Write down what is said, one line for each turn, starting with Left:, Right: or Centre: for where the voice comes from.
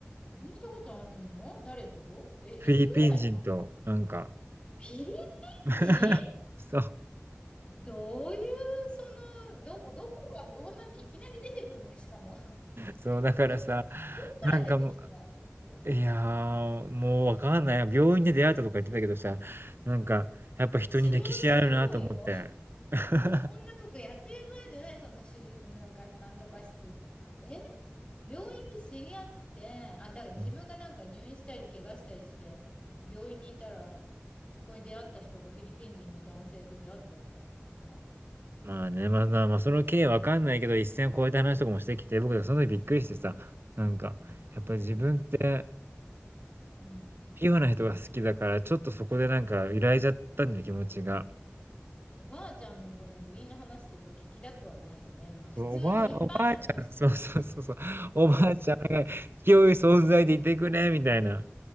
Left: 不倫したことあるの誰とえ、いつぐらいの話
Right: フィリピン人と、なんか。
Left: フィリ
Right: <laughs>
Left: ピン人
Right: そう、
Left: どういう、その、どこ、どこがどうなって、いきなり出てくるね、しかも。<laughs>
Right: そう、
Left: で、
Right: だからさ、
Left: ど、どっから出てきた人
Right: なんかもういやー、もうわかんない。病院で出会ったとか言ってたけどさ、なんか、やっぱ人に歴史あるなと思って。
Left: もう治療しようよ。
Right: <laughs>
Left: そんなことやってる場合じゃない、その手術のなんか、なんとか室。え病院で知り合って、あ、だから自分がなんか入院したり、
Right: うん。
Left: 怪我したりして、病院にいたら、そこに出会った人がフィリピン人の男性と出会ったったのかな
Right: まあね、まあまあまあ、その経緯わかんないけど、一線を越えた話とかもしてきて、僕はその時びっくりしてさ、なんか、
Left: うん
Right: やっぱり自分って
Left: うんうん。
Right: ピュアな人が好きだから、ちょっとそこでなんか揺らいじゃったんだよ、気持ちが。
Left: おばあちゃんのその不倫の話ってちょっと聞きたくはないよね。まあ普通の一般論としても。
Right: そう、おばあおばあちゃんそうそうそうそう、おばあちゃんが清い存在でいてくれみたいな。